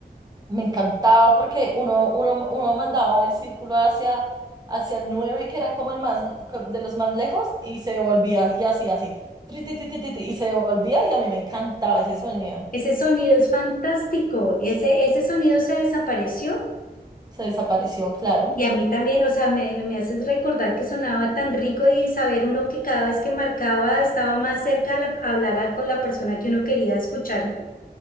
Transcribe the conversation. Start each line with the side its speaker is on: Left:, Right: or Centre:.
Right: Me encantaba porque uno, uno, uno mandaba el círculo hacia, hacia el 9 que era como el más con- de los más lejos, y se devolvía, y así, así, tri, ti, ti, ti, ti, ti, y se devolvía, y a mí me encantaba ese sonido.
Left: ese sonido es fantástico. y Ese, ese sonido se desapareció
Right: Se desapareció, claro.
Left: y a mí también, o sea, me, me haces recordar que sonaba tan rico y saber uno que cada vez que marcaba estaba más cerca a la- a hablar a- con la persona que uno quería escuchar.